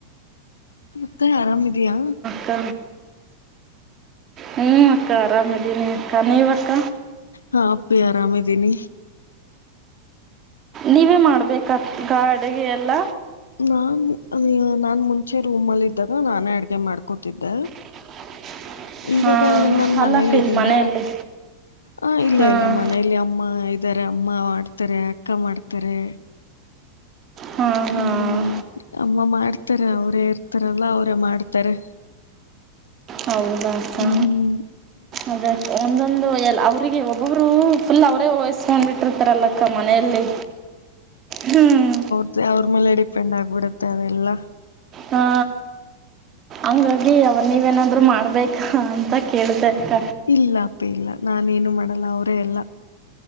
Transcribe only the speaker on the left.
ಮತ್ತೆ ಆರಾಮಿದಿಯಾ
ಹಾ ಅಪ್ಪಿ ಆರಾಮಿದ್ದೀನಿ
ನಾನು ನಾನ್ ಮುಂಚೆ ರೂಮ್ಲ್ಲಿ ಇದಿದ್ದಾಗ ನಾನೇ ಅಡಗೆ ಮಾಡ್ಕೊತಿದ್ದೆ
ಇವಾಗ
ನನ್
ಮನೆಲ್ ಇದ್ದೀನ
ಹ ಇಲ್ಲ
ಇಲ್ಲ ಮನೇಲಿ ಅಮ್ಮ ಇದ್ದಾರೆ ಅಮ್ಮ ಮಾಡ್ತಾರೆ ಅಕ್ಕ ಮಾಡ್ತಾರೆ
ಹ್ಮ್
ಅಮ್ಮ ಮಾಡ್ತಾರೆ ಅವರೇ ಇರ್ತಾರಲ್ಲ ಅವರೇ ಮಾಡ್ತಾರೆ
ಹ್ಮ್
ಅದೇ ಅವ್ರ್ ಮೇಲೆ ಡಿಪೆಂಡ್ ಆಗ್ಬಿಡುತ್ತೆ ಅದೆಲ್ಲ
ಇಲ್ಲ ಅಪ್ಪಿ ಇಲ್ಲ ನಾನೇನು ಮಾಡಲ್ಲ ಅವರೇ ಎಲ್ಲ